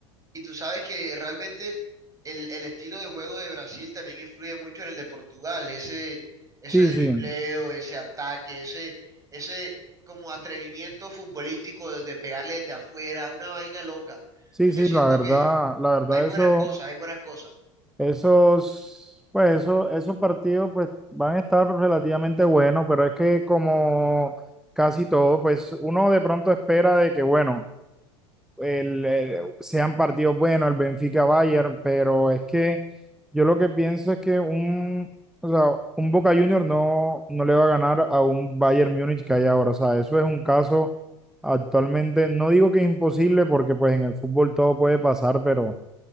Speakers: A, on the right; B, in the centre.
A: y tú sabes que realmente el, el estilo de juego de Brasil también influye mucho en el de Portugal, ese, ese
B: Sí,
A: dribleo,
B: sí.
A: ese ataque, ese, ese como atrevimiento futbolístico de, de pegarle desde afuera, una vaina loca.
B: Sí,
A: Entonces,
B: sí,
A: Yo siento
B: la verdad,
A: que
B: la verdad
A: hay buenas
B: eso
A: cosas, hay buenas cosas.
B: Esos, pues eso, esos partidos pues van a estar relativamente buenos, pero es que como casi todo, pues uno de pronto espera de que, bueno, el, el- sean partidos buenos, el Benfica-Bayern, pero es que yo lo que pienso es que un, o sea, un Boca Junior no, no le va a ganar a un Bayern Múnich que hay ahora, o sea, eso es un caso actualmente, no digo que es imposible porque pues en el fútbol todo puede pasar, pero